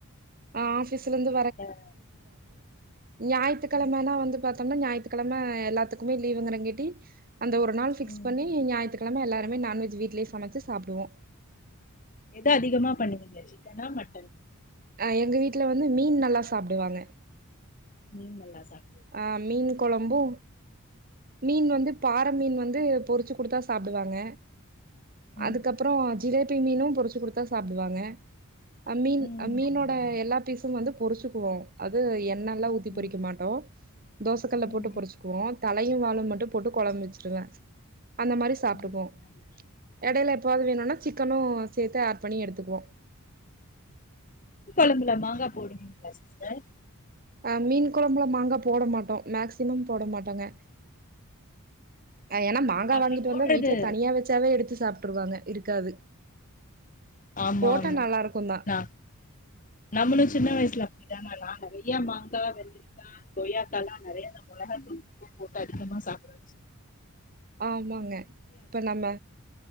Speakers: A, on the right (about 40°); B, on the left (about 35°).
A: ஆ ஆஃபீஸ்லருந்து
B: அதனால
A: ஞாயித்துக்கழமன்னா
B: ம்
A: வந்து பாத்தம்னா ஞாயித்துக்கழம எல்லாத்துக்குமே லீவுங்கிறங்கேட்டி அந்த ஒரு நாள் ஃபிக்ஸ்
B: ம்
A: பண்ணி ஞாயித்துக்கழம எல்லாருமே நான்வெஜ் வீட்லே சமைச்சு சாப்டுவோ
B: இத அதிகமா பண்ணுவீங்க சிக்கனா மட்
A: அ எங்க வீட்ல வந்து மீன் நல்லா சாப்டுவாங்க
B: மீன் நல்லா சாப்
A: அ மீன் கொழம்பு மீன் வந்து
B: ம்
A: பாற மீன் வந்து பொறிச்சு குடுத்தா சாப்டுவாங்க
B: ம்
A: அதுகப்ரோ ஜிலேபி மீனு பொரிச்சு குடுத்தா சாப்டுவாங்க அ மீன்
B: ம்
A: மீனோட எல்லா பீஸும் வந்து பொரிச்சு போ அது எண் ண்ணல்லா ஊத்தி
B: ம்
A: பொரிக்க மாட்டோ தோசக்கல்ல
B: ம்
A: போட்டு
B: ம்.
A: பொரிச்சிக்குவோ தலையு வாலு மட்டு போட்டு கொழம்பு வச்சுடுவே அந்த மாரி சாப்டுபோ
B: ம், நல்ல.
A: எடையில எப்பாவாது வேணுனா சிக்கனு சேத்து ஆட் பண்ணி எடுத்துக்வோ
B: இல்லபுல்ல மாங்கா போடுவீங்ளா சிஸ்டர்
A: அ மீன் கொழம்புல மாங்க போட மாட்டோ மேக்சிமம் போட மாட்டோங்க அ ஏன மாங்கா
B: அப்டி
A: வாங்கிட்டு
B: போடுறது
A: வந்தா வீட்ல தனியா வச்சாவே எடுத்து சாப்ட்டுருவாங்க இருக்காது
B: ஆமா
A: போட்டா
B: ஆமா
A: நல்லா இருக்குந்தா
B: ந நம்மளு சின்ன வய்சுல அப்டிதாமா நா நெறையா மாங்கா வெள்ரிகா கொய்யாக்காலா நெறைய நா மொளகாதூள் உப்பு போட்டு நா அதிகமா சாப்டுவ
A: ஆமாங்க இப்ப நம்ம